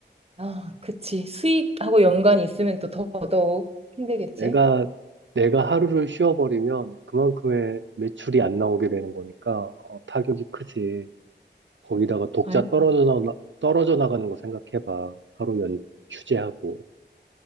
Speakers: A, on the right (about 35°); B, on the right (about 80°).
A: 아, 그치. 수익하고 연관이 있으면 또 더더욱 힘들겠지.
B: 내가, 내가 하루를 쉬어버리면 그만큼의 매출이 안 나오게 되는 거니까 어, 타격이 크지. 거기다가 독자
A: 아니
B: 떨어져 나, 떨어져 나가는 거 생각해봐. 하루 연, 휴재하고.